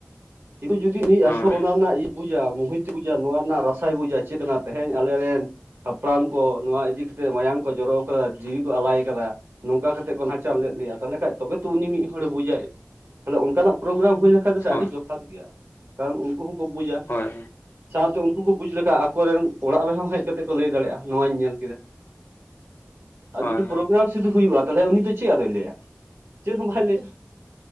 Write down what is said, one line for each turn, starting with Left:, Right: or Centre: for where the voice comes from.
Right: ᱠᱤᱱᱛᱩ ᱡᱩᱫᱤ
Left: ᱦᱳᱭ
Right: ᱟᱥᱚᱞ ᱚᱱᱟ ᱨᱮᱱᱟᱜ ᱤᱭᱟᱹ <unintelligible> ᱱᱚᱣᱟ ᱨᱮᱱᱟᱜ ᱨᱟᱥᱟᱭ ᱵᱩᱡᱟ ᱪᱮᱫ ᱠᱟᱱᱟ ᱛᱮᱦᱮᱧ ᱟᱞᱮᱨᱮᱱ ᱦᱟᱯᱲᱟᱢ ᱠᱚ ᱱᱚᱣᱟ ᱤᱫᱤ ᱠᱟᱛᱮ ᱢᱟᱭᱟᱢ ᱠᱚ ᱡᱚᱨᱚ ᱟᱠᱟᱫᱟ ᱡᱤᱣᱤ ᱠᱚ ᱟᱞᱟᱭᱟᱠᱟᱫᱟ ᱱᱚᱝᱠᱟ ᱠᱟᱛᱮᱫ ᱠᱚ ᱱᱟᱦᱪᱟᱨ ᱞᱮᱫ ᱞᱮᱭᱟ ᱛᱟᱦᱚᱞᱮ ᱠᱷᱟᱱ ᱛᱚᱵᱮ ᱛᱚ ᱩᱱᱤ ᱢᱤᱫ ᱦᱚᱲ ᱵᱩᱡᱟᱭ ᱛᱟᱦᱚᱞᱮ ᱚᱱᱠᱟᱱᱟᱜ ᱯᱨᱳᱜᱨᱟᱢ ᱦᱩᱭ ᱞᱮᱠᱷᱷᱟ ᱫᱚ
Left: ᱦᱳᱭ
Right: ᱟᱹᱰᱤ ᱡᱚᱛᱷᱟᱛ ᱜᱮᱭᱟ ᱠᱟᱨᱚᱱ ᱩᱱᱠᱩ ᱦᱚᱸᱠᱚ ᱵᱩᱡᱟ
Left: ᱦᱳᱭ
Right: ᱥᱟᱶᱛᱮ ᱩᱱᱠᱩ ᱠᱚ ᱵᱩᱡᱽ ᱞᱮᱠᱷᱟᱱ ᱠᱟ ᱟᱠᱚᱨᱮᱱ ᱚᱲᱟᱜ ᱨᱮᱦᱚᱸ ᱦᱮᱡ ᱠᱟᱛᱮᱫ ᱠᱚ ᱞᱟᱹᱭ ᱫᱟᱲᱮᱭᱟᱜᱼᱟ ᱱᱚᱣᱟᱧ ᱧᱮᱞ ᱠᱮᱫᱟ ᱟᱨ
Left: ᱦᱳᱭ
Right: ᱡᱩᱫᱤ ᱯᱨᱳᱜᱨᱟᱢ ᱥᱩᱫᱩ ᱦᱩᱭᱩᱜᱼᱟ ᱛᱟᱦᱚᱞᱮ ᱩᱱᱤ ᱫᱚ ᱪᱮᱫ ᱟᱫᱚᱭ ᱞᱟᱹᱭᱟ ᱪᱮᱫ ᱦᱚᱸ ᱵᱟᱭ ᱞᱟᱹᱭᱟ